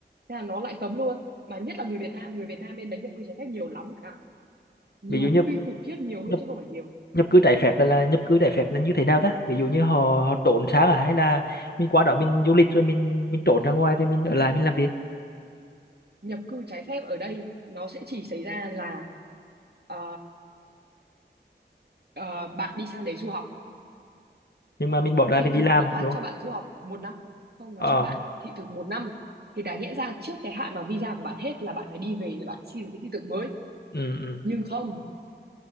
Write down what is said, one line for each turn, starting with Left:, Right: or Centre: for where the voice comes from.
Right: thế là nó lại cấm luôn mà nhất là người Việt Nam người Việt Nam bên đấy nhập cư trái phép nhiều lắm bạn ạ nhiều
Left: ví dụ nhập
Right: kinh khủng khiếp nhiều luôn
Left: nhập
Right: chứ không phải nhiều
Left: nhập cư trái phép là, là nhập cư trái phép là như thế nào ta ví dụ như họ họ trốn sang à hay là mình qua đó mình du lịch rồi mình mình trốn ra ngoài rồi mình ở lại mình làm việc
Right: nhập cư trái phép ở đây nó sẽ chỉ xảy ra là ờ, ờ, bạn đi sang đấy du học
Left: nhưng mà mình bỏ ra
Right: thị
Left: mình đi
Right: thực
Left: làm
Right: nó phát
Left: đúng
Right: cho bạn du học một năm không nó
Left: ờ
Right: cho bạn thị thực một năm thì đáng lẽ ra trước cái hạn mà visa của bạn hết là bạn phải đi về để bạn xin cái thị thực mới
Left: ừ, ừ.
Right: nhưng không